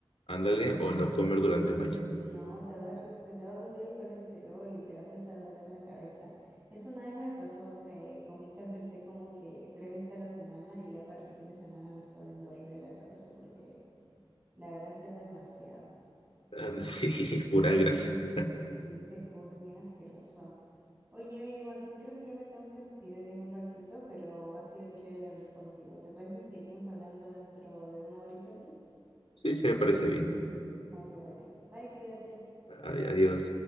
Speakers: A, on the left; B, on the right.
A: Ándale, o no comer durante un año.
B: No, te va a, dar- se te va a subir el colesterol y te va a empezar a doler la cabeza. Eso una vez me pasó que comí KFC como que tres veces a la semana y ya para el fin de semana me estaba doliendo horrible la cabeza porque la grasa era demasiado.
A: Ándale, <laughs> Sí, pura grasa.
B: Sí, te juro, es bien asqueroso. Oye, oye, Martín, creo que ya me tengo que retirar en un ratito, pero ha sido chévere hablar contigo. ¿Te parece si seguimos hablando dentro de una horita, sí?
A: Sí, sí, me parece bien.
B: Vale, vale. Bye, cuídate.
A: Ad- Adiós.